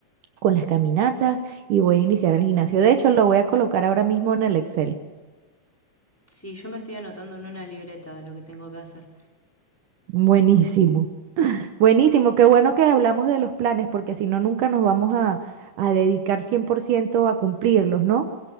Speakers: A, on the right (about 70°); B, in the centre.
A: con las caminatas y voy a iniciar el gimnasio. De hecho, lo voy a colocar ahora mismo en el Excel.
B: Sí, yo me estoy anotando en una libreta lo que tengo que hacer.
A: Buenísimo, buenísimo. Qué bueno que hablamos de los planes, porque si no, nunca nos vamos a, a dedicar 100% a cumplirlos, ¿no?